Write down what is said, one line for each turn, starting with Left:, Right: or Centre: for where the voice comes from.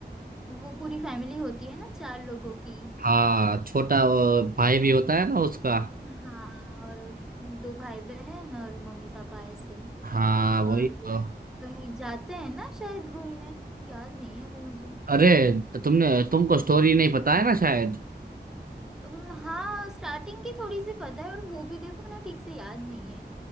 Centre: वो पूरी फैमिली होती है ना चार लोगों की
Right: हाँ छोटा अ, भाई भी होता है ना उसका
Centre: हाँ और दो भाई बहन और मम्मी पापा ऐसे
Right: हाँ वही
Centre: और
Right: तो
Centre: वो कहीं जाते हैं ना शायद घूमने याद नहीं है अभी मुझे
Right: अरे तुमने तुमको स्टोरी नहीं पता है ना शायद
Centre: उम, हाँ स्टार्टिंग की थोड़ी सी पता है और मूवी देखो ना ठीक से याद नहीं है